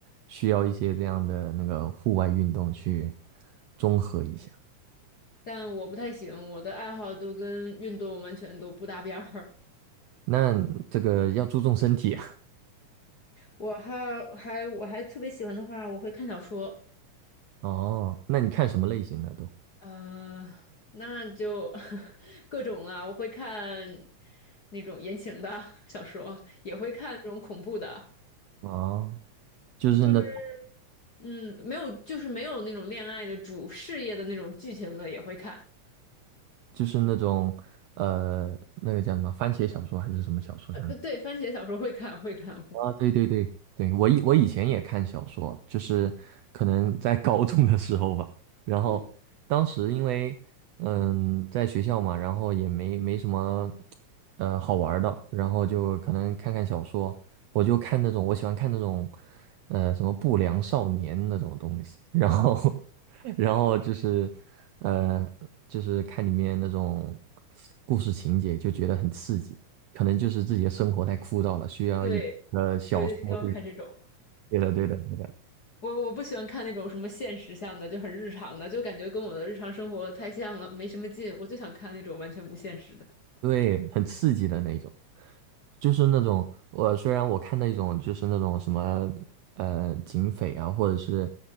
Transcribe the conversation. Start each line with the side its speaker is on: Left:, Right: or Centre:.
Right: 需要一些这样的那个户外运动去综合一下。
Left: 但我不太行，我的爱好都跟运动完全都不搭边儿。
Right: 那这个要注重身体啊。<laughs>
Left: 我还还我还特别喜欢的话，我会看小说。
Right: 哦，那你看什么类型的都？
Left: 嗯，那就 <laughs> 各种啊，我会看那种言情的 <laughs> 小说，也会看那种恐怖的，
Right: 哦，就是那，
Left: 就是嗯，没有，就是没有那种恋爱的主事业的那种剧情的也会看。
Right: 就是那种，呃，那个叫什么番茄小说还是什么小说上
Left: 呃，对，对番茄小说会看，会看，
Right: 啊，对对对对，我以我以前也看小说，就是可能在高中的时候吧。然后当时因为嗯在学校嘛，
Left: 嗯，
Right: 然后也没没什么呃好玩儿的，然后就可能看看小说，我就看那种我喜欢看那种呃什么不良少年那种东西，然后 <laughs> 然后就是呃就是看里面那种故事情节，就觉得很刺激。可能就是自己的生活太枯燥了，需要一呃小说这，
Left: 对，对，就是要看这种。
Right: 对的，对的，对的，
Left: 我我不喜欢看那种什么现实向的，就很日常的，就感觉跟我的日常生活太像了，没什么劲。我就想看那种完全不现实的。
Right: 对，很刺激的那一种，就是那种我虽然我看那种就是那种什么呃警匪啊，或者是